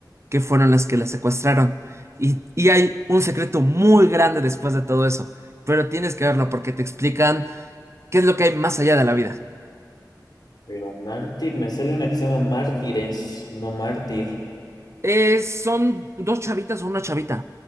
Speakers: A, on the right; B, on the left.
A: que fueron las que la secuestraron. Y, y hay un secreto muy grande después de todo eso, pero tienes que verlo porque te explican qué es lo que hay más allá de la vida.
B: pero Mártir, me sale una que se llama Mártires, no Mártir.
A: Eh, son dos chavitas o una chavita.